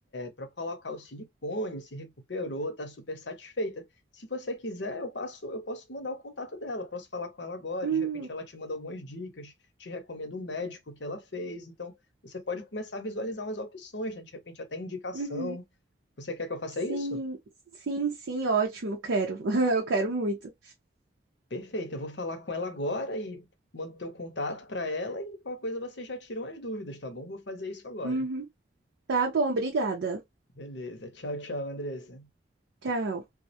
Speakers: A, on the left (about 65°); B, on the right (about 80°).
A: para colocar o silicone, se recuperou, tá super satisfeita. Se você quiser, eu passo, eu posso mandar o contato dela, posso falar com ela agora,
B: Hum,
A: de repente ela te manda algumas dicas, te recomenda um médico que ela fez. Então, você pode começar a visualizar umas opções, né? De repente até indicação.
B: uhum.
A: Você quer que eu faça
B: Sim,
A: isso?
B: sim, sim, ótimo, quero. <laughs> Eu quero muito.
A: Perfeito, eu vou falar com ela agora e mando teu contato para ela e qualquer coisa vocês já tiram as dúvidas, tá bom? Vou fazer isso agora.
B: Uhum. Tá bom, obrigada.
A: Beleza. Tchau, tchau, Andressa.
B: Tchau.